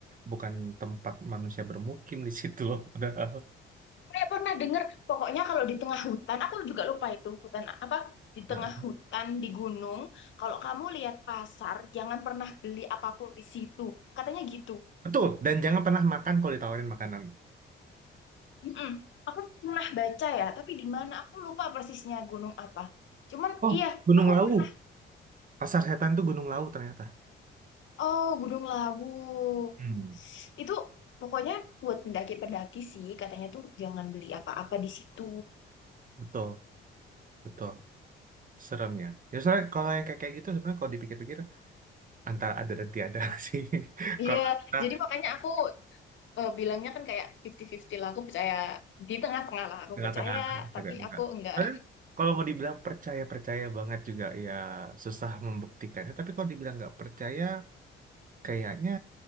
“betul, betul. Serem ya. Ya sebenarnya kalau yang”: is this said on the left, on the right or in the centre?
Right